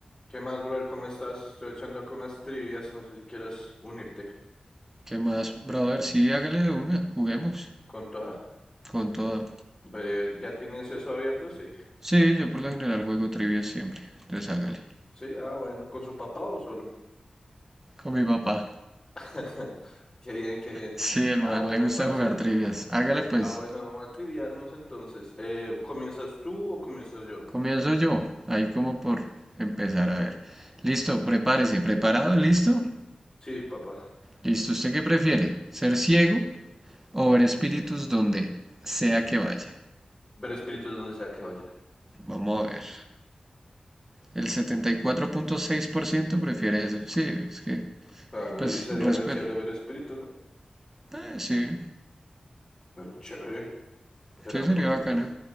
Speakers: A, on the left; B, on the right.
A: ¿Qué más, brother? ¿Cómo estás? Estoy echando acá unas trivias, no sé si quieras unirte
B: ¿Qué más, brother? Sí, hágale de una, juguemos.
A: con toda.
B: Con toda.
A: Breve, ¿ya tienes eso abierto? Sí.
B: Sí, yo por lo general juego trivias siempre. Entonces hágale.
A: Sí, ah, bueno, ¿con su papá o solo?
B: Con mi papá.
A: <laughs> Qué bien, qué bien.
B: Sí, el
A: Ah,
B: man
A: bueno,
B: le gusta
A: parce.
B: jugar trivias. Hágale pues.
A: Ah, bueno, vamos a triviarnos entonces. Eh, ¿comienzas tú o comienzas yo?
B: Comienzo yo. Ahí como por empezar a ver. Listo, prepárese. ¿Preparado? ¿Listo?
A: Sí, papá.
B: Listo. ¿Usted qué prefiere? ¿Ser ciego o ver espíritus donde sea que vaya?
A: Ver espíritus donde sea que vaya.
B: Vamos a ver. El setenta y cuatro punto seis por ciento prefiere eso. Sí, es que,
A: Claro,
B: pues,
A: y sería
B: respeto.
A: re chévere ver espíritus, ¿no?
B: Eh, sí,
A: Pero chévere, será
B: Sí, sería
A: fortuna.
B: bacano.